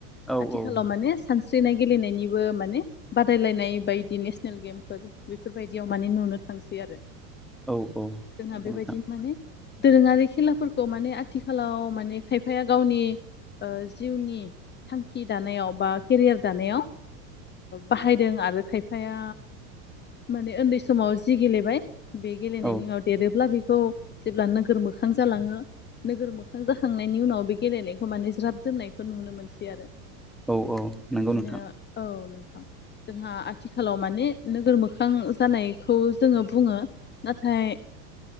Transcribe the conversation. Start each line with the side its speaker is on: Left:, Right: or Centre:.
Centre: औ
Left: आथिखालाव
Centre: औ
Left: माने सानसे गेलेनायनिबो माने बादायलायनाय बायदि नेसनेल गेम बेफोरबायदियाव माने नुनो थांसै आरो।
Centre: औ औ नंगौ
Left: जोंहा बेबायदिनो
Centre: नोंथां
Left: माने दोरोङारि खेलाफोरखौ माने आथिखालाव माने खायफाया गावनि जिउनि थांखि दानायाव बा केरियार दानायाव बाहायदों आरो खायफाया माने उन्दै समाव जि गेलेबाय बे गेलेनायनि
Centre: औ
Left: उनाव देरोब्ला बेखौ जेब्ला नोगोर मोखां जालाङो नोगोर मोखां जाखांनायनि उनाव बे गेलेनायखौ माने ज्राब दोननायखौ नुनो मोनसै आरो।
Centre: औ औ नंगौ
Left: बिदिनो
Centre: नोंथां।
Left: औ नोंथां जोंहा आथिखालाव माने नोगोर मोखां जानायखौ जोङो बुङो नाथाय